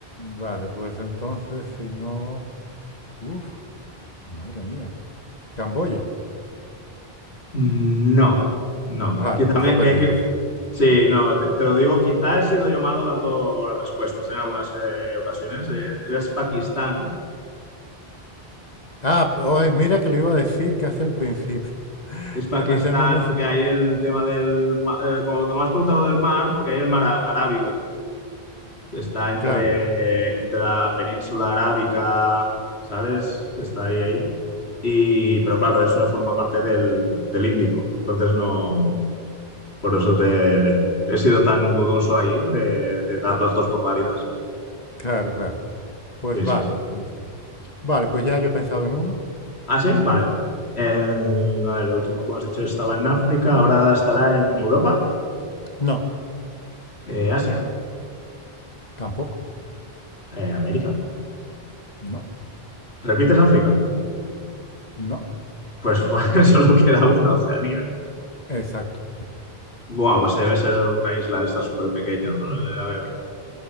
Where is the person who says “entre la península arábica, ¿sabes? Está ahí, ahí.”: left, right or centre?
Left